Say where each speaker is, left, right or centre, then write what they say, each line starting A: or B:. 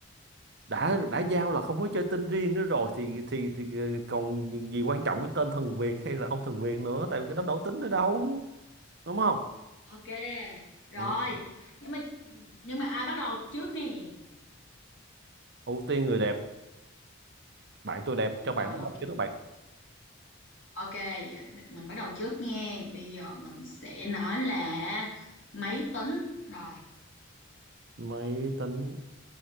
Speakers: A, on the right; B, on the left.
A: đã đã giao là không có chơi tên riêng nữa rồi thì thì thì ờ, còn gì quan trọng cái tên thuần Việt hay là không thuần Việt nữa tại vì cái đó đâu tính nữa đâu đúng không
B: Ok Rồi
A: ừ.
B: Nhưng mà nhưng mà ai bắt đầu trước nè
A: ưu tiên người đẹp bạn tôi đẹp cho
B: Rồi
A: bạn bắt
B: ok
A: đầu chứ đó bạn
B: Ok vậy mình bắt đầu trước nha Bây giờ mình sẽ nói là Máy tính Rồi
A: máy tính